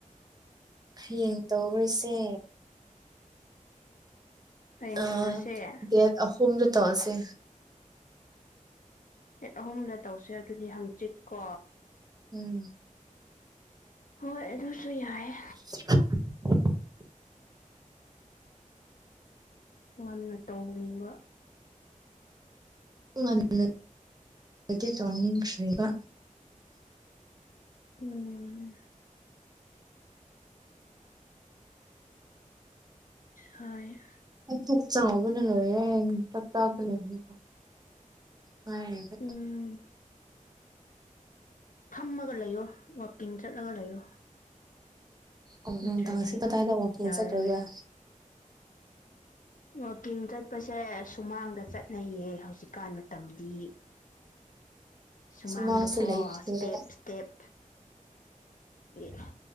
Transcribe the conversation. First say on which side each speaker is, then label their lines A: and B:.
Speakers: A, on the right; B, on the left.
A: ꯍꯌꯦꯡ ꯇꯧꯔꯣꯏꯁꯦ
B: ꯍꯌꯦꯡ
A: ꯑ
B: ꯇꯧꯔꯁꯦ
A: ꯗꯦꯠ ꯑꯍꯨꯝꯗ ꯇꯧꯁꯦ
B: ꯍ ꯑꯍꯨꯝꯗ ꯇꯧꯁꯦ ꯑꯗꯨꯗꯤ ꯍꯪꯆꯤꯠꯀꯣ
A: ꯎꯝ
B: ꯍꯣꯏ ꯑꯗꯨꯁꯨ ꯌꯥꯏꯑꯦ
A: <unintelligible>
B: ꯉꯟꯅ ꯇꯧꯅꯤꯡꯕ
A: ꯉꯟꯅꯗꯤ ꯇꯧꯅꯤꯡꯈ꯭ꯔꯦꯕ
B: ꯎꯝ ꯁꯥꯏ
A: ꯊꯣꯛ ꯆꯥꯎꯕꯅ ꯂꯣꯏꯔꯦ ꯌꯦꯡ ꯆꯥꯛ ꯆꯥꯕ ꯂꯣꯏꯔꯦ ꯉꯥꯏꯔꯦ
B: ꯎꯝ ꯐꯝꯃꯒ ꯂꯩꯌꯣ ꯋꯥꯛꯀꯤꯡ ꯆꯠꯂꯒ ꯂꯩꯌꯣ
A: ꯑꯣ
B: ꯅꯠꯇ꯭ꯔꯗꯤ
A: ꯅꯨꯡꯗꯥꯡꯁꯤ ꯀꯇꯥꯏꯗ ꯋꯥꯀꯤꯡ
B: ꯌꯥꯔꯔꯣꯏ
A: ꯆꯠꯇꯣꯏꯕ꯭ꯔꯥ
B: ꯋꯥꯛꯀꯤꯡ ꯆꯠꯄꯁꯦ ꯁꯨꯃꯥꯡꯗ ꯆꯠꯅꯩꯌꯦ ꯍꯧꯖꯤꯛꯀꯥꯟ ꯃꯇꯝꯗꯤ ꯁꯨꯃꯥꯡꯗꯀꯣ
A: ꯁꯨꯃꯥꯡꯁꯨ ꯂꯩꯇꯦꯕ
B: ꯏꯁꯇꯦꯞ ꯏꯁꯇꯦꯞ ꯑꯦ